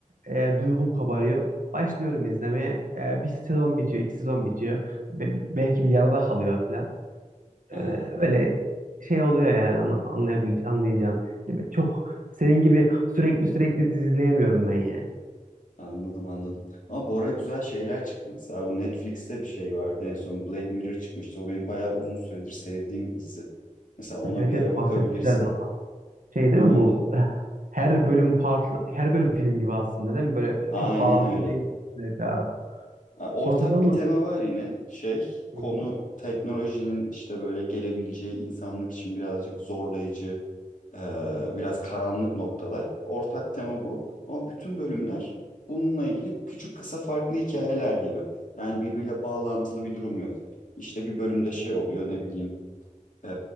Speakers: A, on the right; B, on the left.
A: e, duygum kabarıyor. Başlıyorum izlemeye. E, bir sezon bitiyor, iki sezon bitiyor. Be- belki bir yarıda kalıyor falan.
B: Ha.
A: Ee, öyle şey oluyor yani anla- anlayabil anlayacağın. Gibi. Çok senin gibi sürekli sürekli dizi izleyemiyorum ben yani.
B: Anladım anladım. Ama bu ara güzel şeyler çıktı. Mesela bu Netflix'te bir şey vardı en son Black Mirror çıkmıştı. O benim bayağı uzun süredir sevdiğim bir dizi. Mesela ona
A: Ha, Evet
B: bir
A: evet
B: ara bakabilirsin.
A: bahsetmişlerdi ondan. Şey değil
B: Onda
A: mi bu? <laughs> eh, Her bölüm farklı, her bölüm film gibi aslında değil mi? Böyle
B: aynen
A: çok bağlantılı
B: öyle.
A: değil diziler bir arada.
B: Ha, Ortak
A: Son sezon
B: bir
A: mu?
B: tema var yine şey
A: Hı
B: konu
A: hı.
B: teknolojinin işte böyle gelebileceği insanlık için birazcık zorlayıcı e, biraz karanlık noktalar. Ortak tema bu ama bütün bölümler bununla ilgili küçük kısa farklı hikayeler gibi. Yani birbiriyle bağlantılı bir durum yok. İşte bir bölümde şey oluyor ne bileyim e,